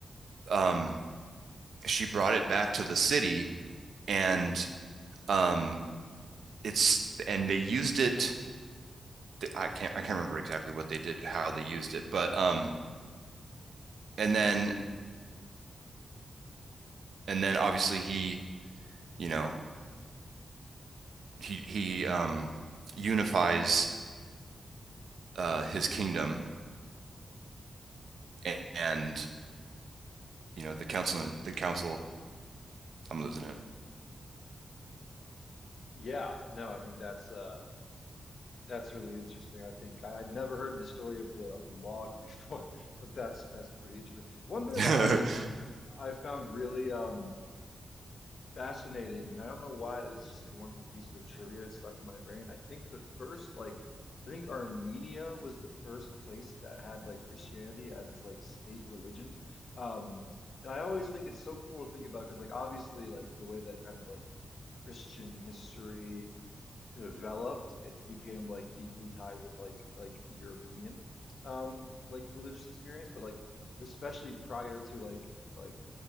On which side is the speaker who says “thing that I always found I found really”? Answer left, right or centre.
Left